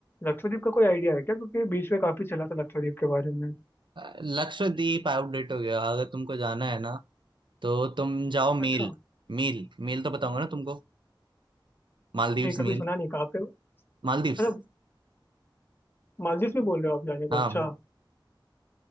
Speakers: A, on the left (about 25°); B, on the right (about 70°).
A: लक्षद्वीप का कोई आइडिया है क्या क्योंकि बीच में काफी चला था लक्षद्वीप के बारे में
B: अ, लक्षद्वीप आउटडेट हो गया अगर तुमको जाना है ना तो तुम जाओ
A: अच्छा
B: मेल मेल मेल तो बताऊंगा ना तुमको मालदीव्स
A: नहीं कभी
B: मेल
A: सुना नहीं कहाँ पे हो?
B: मालदीव्स
A: अच्छा मालदीव में बोल रहे हो आप जाने को
B: हाँ
A: अच्छा